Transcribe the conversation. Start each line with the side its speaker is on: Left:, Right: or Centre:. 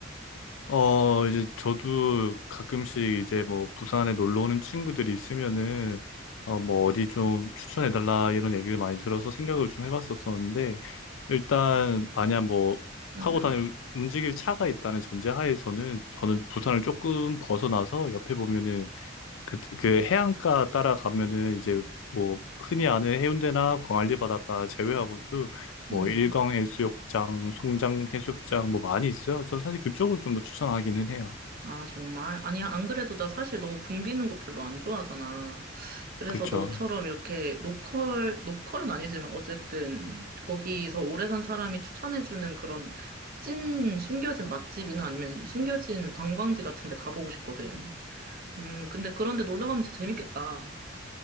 Left: 어 이제 저도 가끔씩 이제 뭐 부산에 놀러 오는 친구들이 있으면은 어 뭐 어디 좀 추천해 달라 이런 얘기를 많이 들어서 생각을 좀 해봤었었는데 일단 만약 뭐
Right: 응,
Left: 타고 다닐 움직일 차가 있다는 전제하에서는 저는 부산을 조금 벗어나서 옆에 보면은 그, 그 해안가 따라가면은 이제 뭐 흔히 아는 해운대나 광안리 바닷가 제외하고도 뭐
Right: 응,
Left: 일광 해수욕장, 송장 해수욕장 뭐 많이 있어요. 저 사실 그쪽을 좀 더 추천하기는 해요.
Right: 아, 정말? 아니, 안 그래도 나 사실 너무 붐비는 거 별로 안 좋아하잖아. 그래서
Left: 그렇죠.
Right: 너처럼 이렇게 로컬, 로컬은 아니지만 어쨌든 거기서 오래 산 사람이 추천해주는 그런 찐 숨겨진 맛집이나 아니면 숨겨진 관광지 같은 데 가보고 싶거든. 음, 근데 그런데 놀러 가면 진짜 재밌겠다.